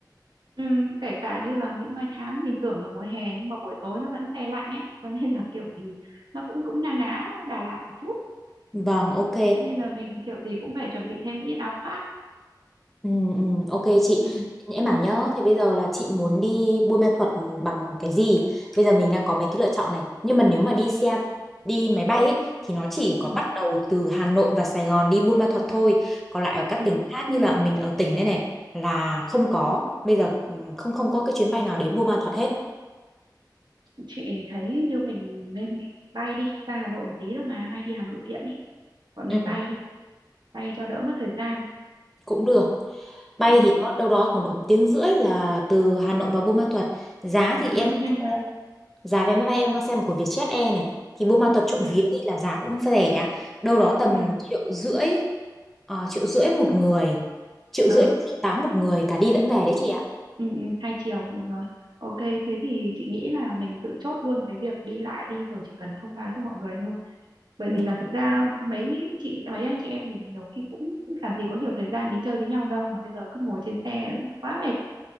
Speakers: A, on the right; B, in the centre.
A: ừ, kể cả như là những ngày tháng mình tưởng là mùa hè nhưng mà buổi tối nó vẫn se lạnh ấy cho nên là kiểu gì nó cũng cũng na ná Đà Lạt một chút
B: Vâng, ok.
A: cho nên là mình kiểu gì cũng phải chuẩn bị thêm một ít áo khoác
B: Ừ, ừ, ok chị
A: ừ,
B: em bảo nhá
A: ừ,
B: thế bây giờ là chị muốn đi Buôn Ma Thuột bằng cái gì bây giờ mình đang có mấy cái lựa chọn này nhưng mà nếu mà đi xe đi máy bay ấy, thì nó chỉ có
A: ừ,
B: bắt đầu từ Hà Nội và Sài Gòn đi Buôn Ma Thuột thôi còn lại ở các
A: ừ.
B: tỉnh khác như là mình ở tỉnh đây này là không có bây giờ ừ, không không có cái chuyến bay nào đến Buôn Ma Thuột hết
A: chị thấy như mình nên mình bay đi ra Hà Nội một tí thôi mà nay đi Hà Nội tiện đi bọn
B: ừ,
A: mình bay đi bay cho đỡ mất thời gian
B: cũng được bay
A: ừ,
B: thì đó đâu đó khoảng độ một tiếng rưỡi là từ Hà Nội vào Buôn Ma Thuột giá thì
A: ừ
B: em
A: nhanh
B: xem
A: mà
B: giá vé máy bay em đang xem của Vietjet Air này thì Buôn Ma Thuột trộm
A: ừ,
B: vía đi là giá cũng rẻ đâu đó tầm
A: ừ.
B: triệu rưỡi ờ, triệu rưỡi một người triệu
A: Ờ,
B: rưỡi đến triệu tám một người cả đi lẫn về đấy chị ạ
A: ừ, ừ, hai chiều đúng rồi ok thế thì chị nghĩ là mình tự chốt luôn cái việc đi lại đi rồi chỉ cần thông báo cho mọi người thôi bởi
B: vâng
A: vì là thực ra mấy chị mấy anh chị em mình nhiều khi cũng làm gì có nhiều thời gian đi chơi với nhau đâu mà bây giờ cứ ngồi trên xe quá mệt